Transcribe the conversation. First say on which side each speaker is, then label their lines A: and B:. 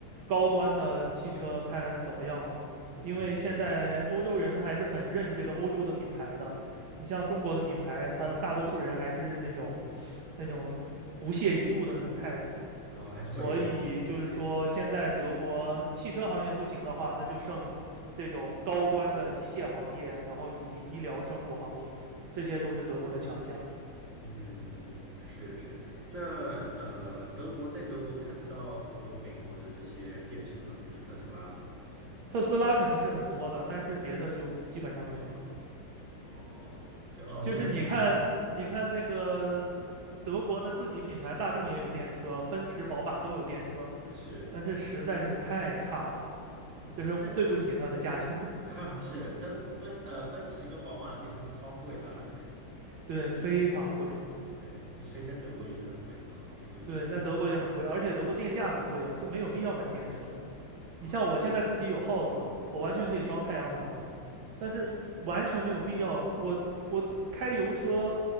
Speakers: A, on the right (about 70°); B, on the right (about 35°).
A: 高端的汽车看怎么样了，
B: 嗯哼，
A: 因为现在欧洲人他还是很认这个欧洲的品牌的。你像中国的品牌，它大多数人还是那种那种不屑一顾的那种态度，
B: 哦还是会有一点嗯嗯。
A: 所以就是说，现在德国汽车行业不行的话，那就剩这种高端的机械行业，然后以及医疗生物行业，这些都是德国的强项。
B: 嗯哼，是是。那呃，德国在德国看得到很多美国的这些电车嘛，比如说特斯拉什么的。
A: 特斯拉肯定是很多的，但是别的就基本上没有了。
B: 哦，就哦那些什么小
A: 就是你看，你看那个德国，它自己品牌大众也有电车，奔驰、宝马都有电车，
B: 是，
A: 但是实在是太差了，
B: 嗯，
A: 就是对不起它的价钱，
B: 那 <laughs> 哈是登奔呃奔驰跟宝马的电车都超贵的啊。
A: 对，非常贵。
B: <laughs> 对，所以在德国也是很贵的啊，并没有说
A: 对，在德国也很贵，而且德国电价很贵啊，就没有必要买电车。
B: 啊，
A: 你像我现在自己有 house，我完全可以装太阳能，
B: 嗯哼
A: 但是完全没有必要。我我开油车，